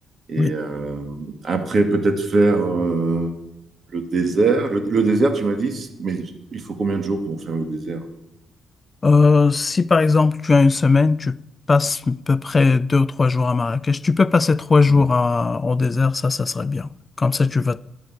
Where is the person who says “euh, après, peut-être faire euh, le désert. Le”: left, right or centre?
Right